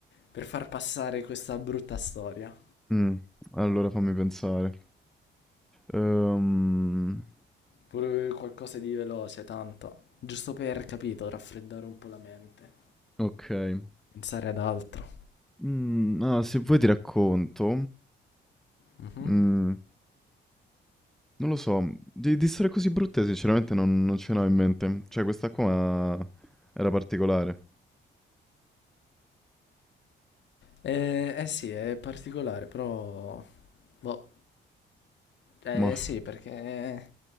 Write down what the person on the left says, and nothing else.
Per far passare questa brutta storia.
Pure qualcosa di veloce, tanto. Giusto per, capito, raffreddare un po' la mente.
Pensare ad altro.
Mhm.
Eh, eh sì, è particolare, però... Boh, eh
sì, perché